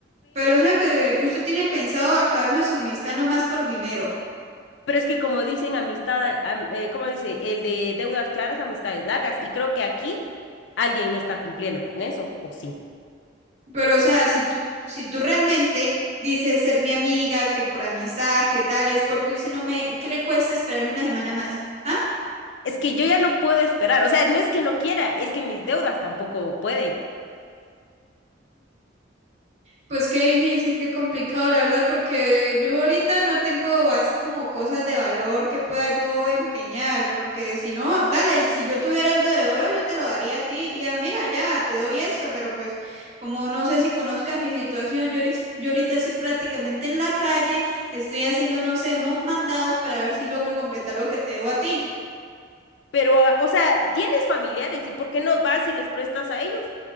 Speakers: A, on the right; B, on the left.
A: pero o sea que usted tiene pensado acabar nuestra amistad nomás por dinero.
B: Pero es que como dicen amistad, am- eh, ¿cómo dice? El de deudas claras, amistades largas. Y creo que aquí alguien no está cumpliendo con eso, ¿o sí?
A: Pero o sea, si tú, si tú realmente dices ser mi amiga, que por amistad, que tal es, porque usted no me, ¿qué le cuesta esperarme una semana más? ¿Ah?
B: Es que yo ya no puedo esperar. O sea, no es que no quiera, es que mis deudas tampoco pueden.
A: Pues qué difícil, qué complicado, la verdad, porque yo ahorita no tengo así como cosas de valor que pueda yo empeñar, porque si no, dale, si yo tuviera algo de oro, yo te lo daría a ti, diga, mira, ya, te doy eso pero pues como no sé si conozcas mi situación, yo, ahorita yo ahorita estoy prácticamente en la calle, estoy haciendo, no sé, unos mandados para ver si logro completar lo que te debo a ti,
B: Pero, ah, o sea, tienes familiares y ¿por qué no vas y les prestas a ellos?